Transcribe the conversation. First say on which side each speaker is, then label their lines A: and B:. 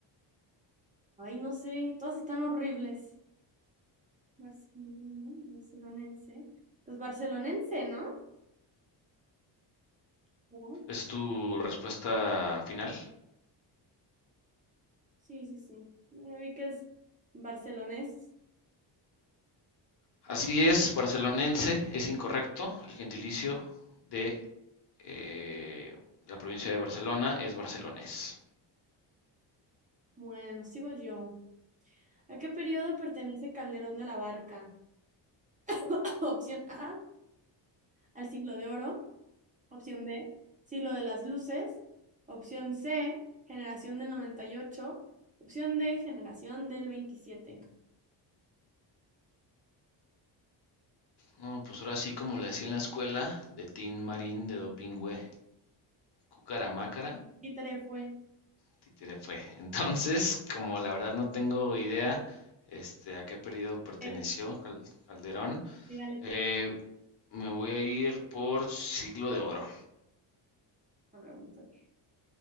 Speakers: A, on the right (about 20°); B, on the left (about 60°).
A: Ay, no sé. Todas están horribles. Barcelona, barcelonense. Pues barcelonense, ¿no? ¿Verdad?
B: ¿Es tu respuesta final?
A: Sí, sí, sí. Ya vi que es barcelonés.
B: Así es, barcelonense es incorrecto. El gentilicio de eh, la provincia de Barcelona es barcelonés.
A: Bueno, sigo yo. ¿A qué periodo pertenece Calderón de la Barca? <coughs> <laughs> Opción A, al siglo de oro. Opción B, siglo de las luces. Opción C, generación del 98. Opción D, generación del 27.
B: No, pues ahora sí como le hacía en la escuela de Tin Marín de Dopingüe, Cucaramácara,
A: Y tarea fue.
B: títere fue. <laughs> Entonces, como la verdad no tengo idea este, a qué periodo perteneció
A: Eh,
B: Calderón,
A: pégale,
B: eh,
A: pégale.
B: me voy a ir por siglo de oro.
A: A ver, vamos a ver.